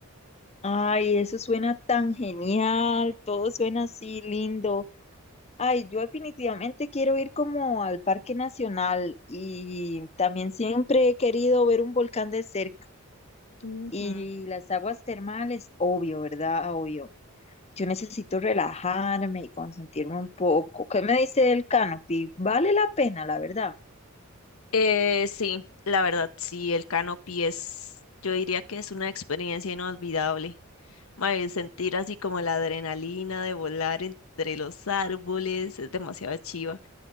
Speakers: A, on the left; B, on the left.
A: Ay, eso suena tan genial, todo suena así lindo. Ay, yo definitivamente quiero ir como al Parque Nacional y también siempre he querido ver un volcán de cerca
B: Ujú.
A: y las aguas termales, obvio, ¿verdad? Obvio. Yo necesito relajarme y consentirme un poco. ¿Qué me dice el canopy? Vale la pena, la verdad.
B: Eh, sí, la verdad, sí, el canopy es, yo diría que es una experiencia inolvidable. Mae, sentir así como la adrenalina de volar entre los árboles es demasiado chiva.